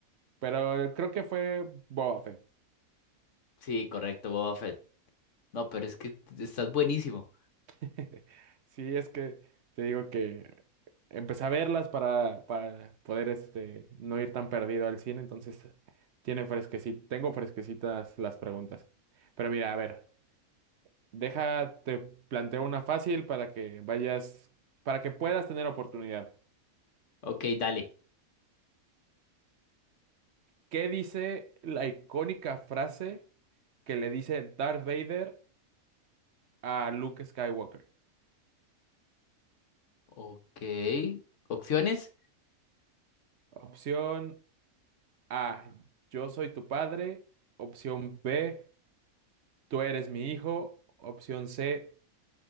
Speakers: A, on the right; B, on the left.
A: Pero creo que fue Boba Fett.
B: Sí, correcto, Boba Fett. No, pero es que estás buenísimo.
A: <laughs> Sí, es que te digo que empecé a verlas para, para poder este, no ir tan perdido al cine, entonces tiene fresquecita, tengo fresquecitas las preguntas. Pero mira, a ver, deja, te planteo una fácil para que vayas, para que puedas tener oportunidad.
B: Ok, dale.
A: ¿Qué dice la icónica frase que le dice Darth Vader a Luke Skywalker?
B: Ok. Opciones.
A: Opción A, yo soy tu padre. Opción B, tú eres mi hijo. Opción C,